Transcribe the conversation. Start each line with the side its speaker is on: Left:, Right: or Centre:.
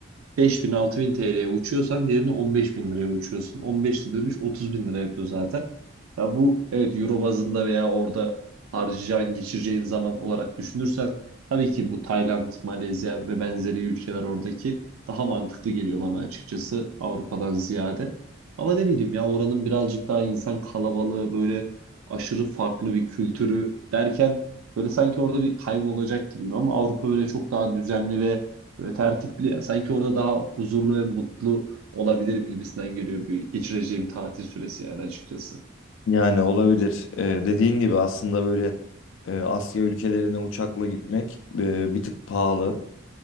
Right: 5000-6000 TL'ye uçuyorsan diğerini 15.000 liraya uçuyorsun. 15'te dönüş 30.000 lira yapıyor zaten. Ya bu evet euro bazında veya orada harcayacağın, geçireceğin zaman olarak düşünürsen tabii ki bu Tayland, Malezya ve benzeri ülkeler oradaki daha mantıklı geliyor bana açıkçası Avrupa'dan ziyade. Ama ne bileyim ya oranın birazcık daha insan kalabalığı böyle aşırı farklı bir kültürü derken böyle sanki orada bir kaybolacak gibiyim ama Avrupa böyle çok daha düzenli ve Böyle tertipli ya. Sanki orada daha huzurlu ve mutlu olabilirim gibisinden geliyor bir geçireceğim tatil süresi yani açıkçası.
Left: Yani olabilir. Ee, dediğin gibi aslında böyle e, Asya ülkelerine uçakla gitmek e, bir tık pahalı.